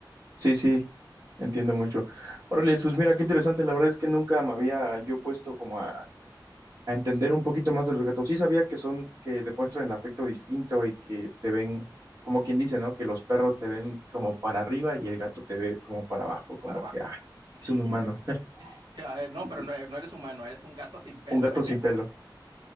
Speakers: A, on the right; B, on the right.
A: Sí, sí, entiendo mucho. Órale, pues mira, qué interesante, la verdad es que nunca me había yo puesto como a, a entender un poquito más de los gatos. Sí sabía que son, que demuestran el afecto distinto y que te ven, como quien dice, ¿no? Que los perros te ven como para arriba y el gato te ve como para abajo, como
B: Para abajo.
A: que, ah,
B: <laughs> Sí.
A: es un humano. <laughs>
B: sea, eh, no,
A: Sí,
B: pero
A: sí.
B: no, eh, no eres humano, eres un gato sin pelo.
A: Un gato
B: <laughs>
A: sin pelo.